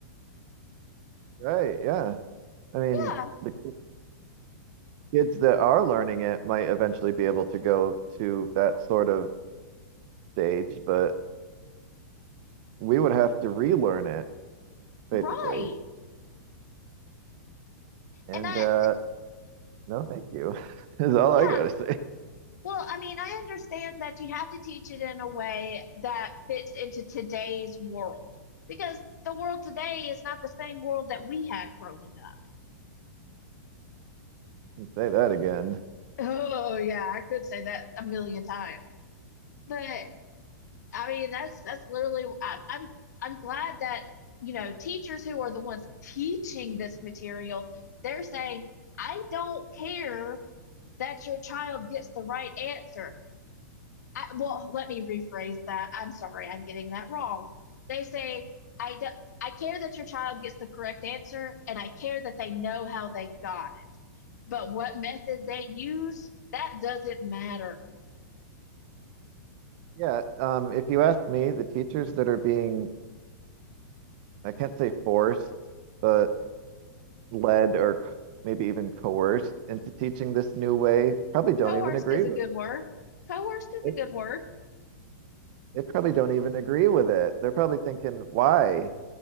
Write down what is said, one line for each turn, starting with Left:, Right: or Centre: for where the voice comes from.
Right: Right, yeah. I mean,
Left: Yeah,
Right: the kids that are learning it might eventually be able to go to that sort of stage, but we would have to relearn it basically.
Left: right.
Right: And
Left: And I,
Right: uh, no, thank you <laughs> is all
Left: yeah,
Right: I gotta say.
Left: well, I mean, I understand that you have to teach it in a way that fits into today's world because the world today is not the same world that we had growing up.
Right: <laughs> Say that again.
Left: Oh, yeah, I could say that a million times. But I mean, that's that's literally I'm I'm, I'm glad that, you know, teachers who are the ones teaching this material, they're saying, "I don't care that your child gets the right answer. I, well, let me rephrase that. I'm sorry, I'm getting that wrong. They say, I, do, I care that your child gets the correct answer, and I care that they know how they got it. But what method they use, that doesn't matter.
Right: Yeah, um, if you ask me, the teachers that are being, I can't say forced, but led or c- maybe even coerced into teaching this new way, probably don't
Left: Coerced
Right: even agree
Left: is a
Right: with
Left: good
Right: it.
Left: word. Coerced is
Right: They
Left: a good word.
Right: they probably don't even agree with it. They're probably thinking, why?